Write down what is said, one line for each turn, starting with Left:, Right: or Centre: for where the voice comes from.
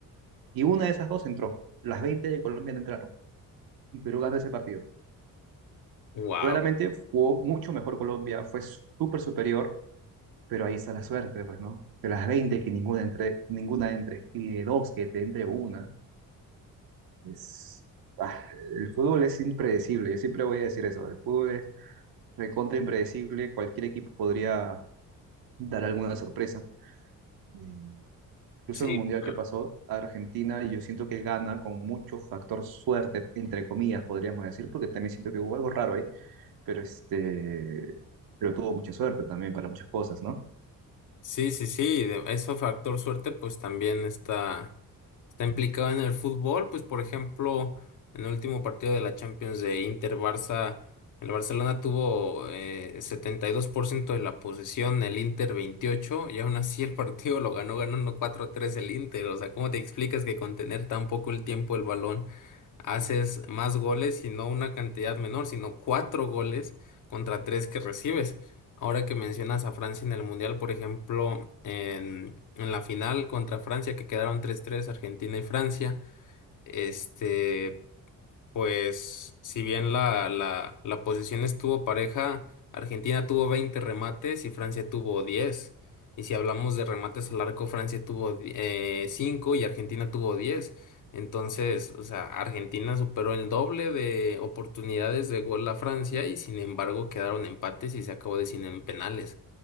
Right: y una de esas dos entró, las 20 de Colombia no entraron, y Perú ganó ese partido.
Left: Wow.
Right: Claramente jugó mucho mejor Colombia, fue súper superior, pero ahí está la suerte, pues, ¿no? De las 20 que ninguna entre, ninguna entre, y de dos que te entre una, es... ah, el fútbol es impredecible, yo siempre voy a decir eso, el fútbol es recontra impredecible, cualquier equipo podría dar alguna sorpresa. Y Incluso
Left: Sí,
Right: en el Mundial
Left: claro.
Right: que pasó, Argentina, yo siento que gana con mucho factor suerte, entre comillas, podríamos decir, porque también siento que hubo algo raro ahí pero este, pero tuvo mucha suerte también para muchas cosas, ¿no?
Left: Sí, sí, sí, de- eso factor suerte pues también está, está implicado en el fútbol, pues por ejemplo, en el último partido de la Champions de Inter-Barça, el Barcelona tuvo eh, 72% de la posesión, el Inter 28, y aún así el partido lo ganó ganando cuatro a tres el Inter, o sea, ¿cómo te explicas que con tener tan poco el tiempo el balón haces más goles y no una cantidad menor, sino cuatro goles contra tres que recibes? Ahora que mencionas a Francia en el Mundial, por ejemplo, en, en la final contra Francia, que quedaron 3-3, Argentina y Francia, este, pues si bien la, la, la posición estuvo pareja, Argentina tuvo 20 remates y Francia tuvo 10. Y si hablamos de remates al arco, Francia tuvo eh, 5 y Argentina tuvo 10. Entonces, o sea, Argentina superó el doble de oportunidades de gol a Francia y sin embargo quedaron empates y se acabó decidiendo en penales.